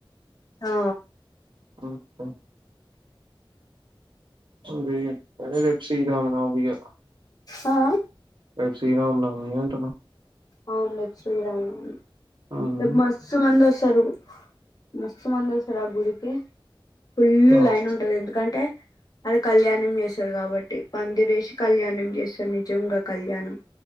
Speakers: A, on the left; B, on the right.
A: ఆ
B: ఒకే చూదేయు ఒగే రేప్ శ్రీరామనవమి గ
A: ఆ
B: రేప్ శ్రీరామనవమి అంటున
A: అవును రేప్ శ్రీరామనవమి
B: హ్మ్.
A: రేప్ మస్తు మందొస్ తరు మస్తు మంది వస్తర ఆ గుడికి ఫుల్లు
B: ఓహ్!
A: లైన్ ఉంటది ఎందుకంటే అది కళ్యాణం జెస్ స్తరు కాబట్టి పందిరేసి కళ్యాణం జేస్తరు నిజంగ కళ్యాణం